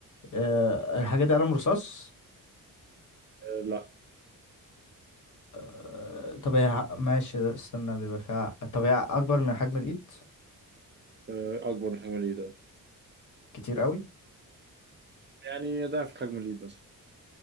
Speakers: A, on the left; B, on the right.
A: أه الحاجة دي قلم رصاص
B: آه، لا
A: أه طب هي ع- ماشي استنى بيبقى فيها طب هي اكبر من حجم الايد
B: آه، أكبر من حجم الإيد آه.
A: كتير قوي
B: يعني ضعف حجم الإيد بس